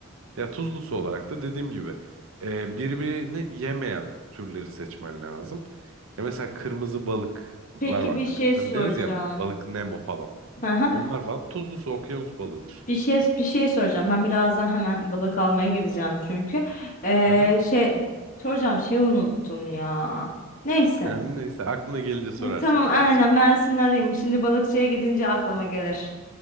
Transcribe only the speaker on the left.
Peki
bir şey soracağım.
Aha,
bir şey bir şey soracağım. Ben birazdan hemen balık almaya gideceğim çünkü. Ee,
şey soracağım şeyi unuttum ya. Neyse.
E, tamam
aynen
ben seni arayayım. Şimdi balıkçıya gidince aklıma gelir.